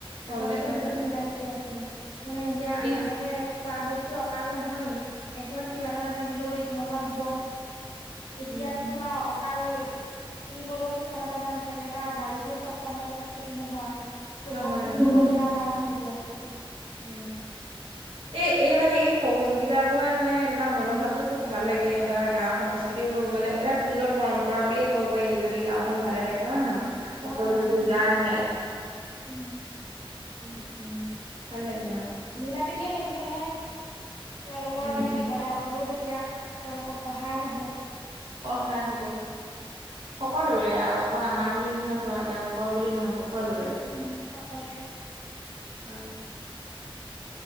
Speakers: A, on the right; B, on the left.
A: কম
B: আগতেতো
A: দেখা
B: বহুত
A: যায়
B: মিলা- প্ৰীতি আছিলে, মানে এতিয়া
A: এ
B: আগতে খোৱা বস্তু অকাল নহয়েই, এঘৰত কিবা এটা নাথাকিলেও ইঘৰৰ পৰা দিব। এতিয়াতো,
A: উম
B: তোমাৰ অকাল কিনিবলৈও কিছুমানৰ পইচা নাথাকে, বা বাৰীতোও চব সময়ত চব খেতি নহয়। লোকক
A: নহয়
B: খোজিবলৈও
A: নহয়
B: বেয়া পায় মানুহবোৰে।
A: উম, এই, এই মানে এই সহযোগিতা বোৰে মানে তোমাৰ মনোভাৱটো খুব ভাল লাগে বা গাওঁ সংস্কৃ কিন্তু মানে এটা সুন্দৰ পৰম্পৰা বুলিয়ে ক'ব পাৰি, যদি গাঁওখন ভালে থাকে। হয়, নে নহয় সকলো
B: হয় হয়
A: যদি ওলাই আহে।
B: উম,
A: উম, উম, ভাল লাগে আৰু।
B: মিলা - প্ৰীতিৰে থাকিলেহে, তেওঁলোকৰ
A: উম।
B: মানে বিপদে-আপদে বিপদেও তেতিয়া, তেওঁলোকৰ সহায় হ'ব।
A: সহায় হ'ব, সকলোৰে আৰু অকল আমাৰ বুলি নহয়, তো তেওঁলোকৰ বুলি নহয়। কলোৱে,
B: উম সকলোৰে
A: হয়।